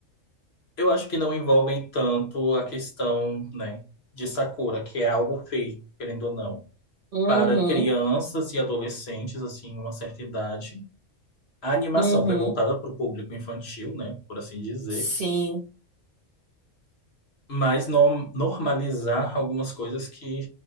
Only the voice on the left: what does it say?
eu acho que não envolvem tanto a questão, né, de Sakura, que é algo feito, querendo ou não,
para crianças e adolescentes, assim, uma certa idade. A animação
foi voltada para o público infantil, né, por assim dizer.
mas no- normalizar algumas coisas que,